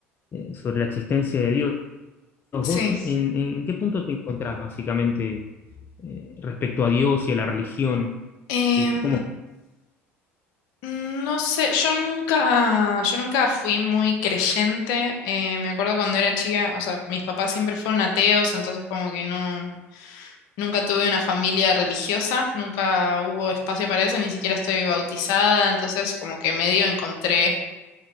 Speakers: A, on the left; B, on the left.
A: eh, sobre la existencia de Dios Bueno,
B: sí.
A: vos en, en- en qué punto te encontrás básicamente eh, respecto a Dios y a la religión?
B: Em,
A: ¿Qué, cómo?
B: Mm, No sé, yo nunca, yo nunca fui muy creyente. eh, me acuerdo cuando era chica, o sea, mis papás siempre fueron ateos, entonces como que no, nunca tuve una familia religiosa, nunca hubo espacio para eso, ni siquiera estoy bautizada, entonces como que medio encontré